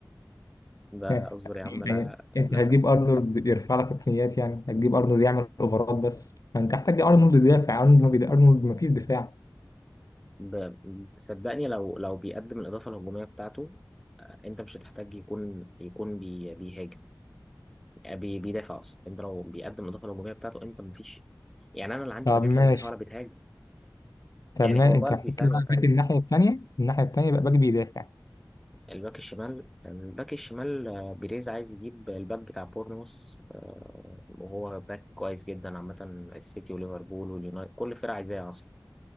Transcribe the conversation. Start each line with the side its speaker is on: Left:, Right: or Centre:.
Centre: ده
Left: يعني
Centre: اصبر يا عم
Left: يعني
Centre: لا
Left: انت
Centre: لا
Left: هتجيب ارنولد يرفع لك ركنيات يعني هتجيب ارنولد يعمل اوفرات بس ما انت محتاج ارنولد يدافع ارنولد ما بيد... ارنولد ما فيش دفاع
Centre: ب- صدقني لو لو بيقدم الإضافة الهجومية بتاعته آه، أنت مش هتحتاج يكون يكون بي بيهاجم آه، بي بيدافع أصلا أنت لو بيقدم الإضافة الهجومية بتاعته أنت مفيش يعني أنا اللي عندي
Left: طب
Centre: باكات
Left: ماشي
Centre: لا بتدافع ولا بتهاجم
Left: طب
Centre: يعني
Left: ما
Centre: هو بالدي
Left: انت محتاج
Centre: ثانية
Left: بقى
Centre: ثانية
Left: باك الناحية التانية الناحية التانية بقى باك بيدافع
Centre: الباك الشمال الباك الشمال آه، بيريز عايز يجيب الباك بتاع بورنموث آه، وهو باك كويس جدا عامة السيتي وليفربول واليونايتد كل الفرق عايزاه أصلا